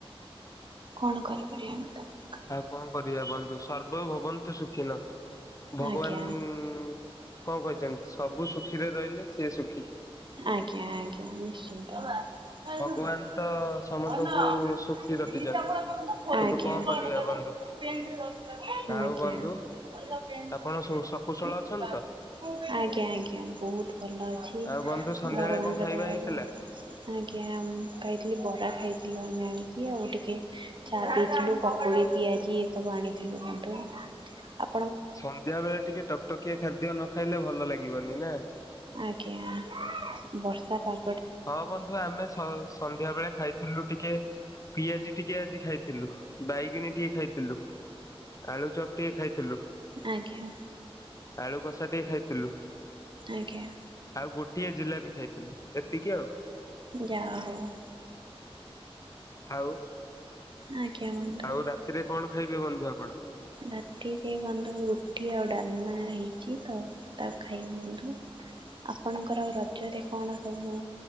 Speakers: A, on the right (about 50°); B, on the left (about 30°).
A: କଣ କରିପାରିବା ଆମେ ତାକୁ?
B: ଆଉ କଣ କରିବା ବନ୍ଧୁ ସର୍ବଭବନ୍ତୁ ସୁଖୀନ। ଭଗବାନ
A: ଆଜ୍ଞା
B: କଣ କହିଚନ୍ତି? ସବୁ ସୁଖୀରେ ରହିଲେ ସିଏ ସୁଖୀ।
A: ଆଜ୍ଞା ଆଜ୍ଞା ନିଶ୍ଚିତ। ତମ ଆଜ୍ଞା
B: ଭଗବାନ ତ ସମସ୍ତଙ୍କୁ
A: ଆଜ୍ଞା
B: ସୁଖୀ ରଖିଛନ୍ତି କିନ୍ତୁ କଣ କରିବା
A: ଆଜ୍ଞା
B: ବନ୍ଧୁ। ଆଉ ବନ୍ଧୁ
A: ଆଜ୍ଞା
B: ଆପଣ ସକୁଶଳ ଅଛନ୍ତି
A: ବୋହୁତ।
B: ତ?
A: ଭଲ ଅଛି
B: ଆଉ ବନ୍ଧୁ ସନ୍ଧ୍ୟାବେଳେ
A: ଭଗବାନଙ୍କ
B: କଣ ଖାଇବା
A: ଦୟାରୁ
B: ହେଇଥିଲା?
A: ଆଜ୍ଞା ଆମ୍ ଖାଇଥିଲି ବରା ଖାଇଥିଲୁ ଆମେ ଆଣିକି ଆଉ ଟିକେ ଚା ପିଇଥିଲୁ ପକୁଡି, ପିଆଜି ଏ ସବୁ ଆଣିଥିଲୁ ବନ୍ଧୁ ଆ
B: ସନ୍ଧ୍ୟା ବେଳେ ଟିକେ ଟକ୍ ଟକିଆ ଖାଦ୍ୟ ନ ଖାଇଲେ ଭଲ ଲାଗିବ ନି ନା।
A: ଆଜ୍ଞା ବର୍ଷା ପା
B: ହଁ ବନ୍ଧୁ ଆମେ ସ-ସନ୍ଧ୍ୟା ବେଳେ ଖାଇଥିଲୁ ଟି କେ ପିଆଜି ଟିକେ ଆଜି ଖାଇଥିଲୁ ବାଇଗେଣୀ ଟିକେ ଖାଇଥିଲୁ ଆଳୁଚପ୍ ଟିକେ ଖାଇଥିଲୁ।
A: ଆଜ୍ଞା।
B: ଆଳୁକସା ଟିକେ ଖାଇଥିଲୁ।
A: ଆଜ୍ଞା।
B: ଆଉ ଗୋଟିଏ ଜିଲାପି ଖାଇଥିଲି ଏ ତିକି ଆଉ।
A: ଯାହା ହୋଉ।
B: ଆଉ
A: ଆଜ୍ଞା ବନ୍ଧୁ
B: ଆଉ ରାତିରେ କଣ ଖାଇବେ ବନ୍ଧୁ ଆପଣ?
A: ରାତିରେ ବନ୍ଧୁ ରୁଟି ଆ ଡ଼ାଲମା ହେଇଚି ତ ତା ଖାଇବି ବନ୍ଧୁ ଆପଣଙ୍କର ରଜରେ କଣ ସବୁ